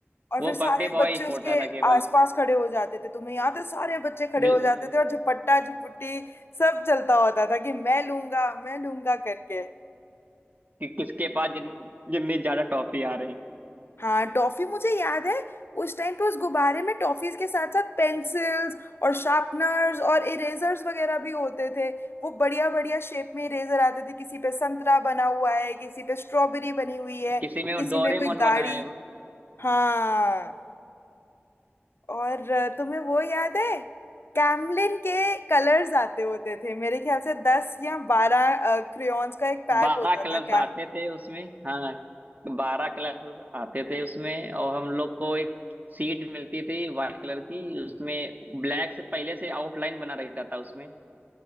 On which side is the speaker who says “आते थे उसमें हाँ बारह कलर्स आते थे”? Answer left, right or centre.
Right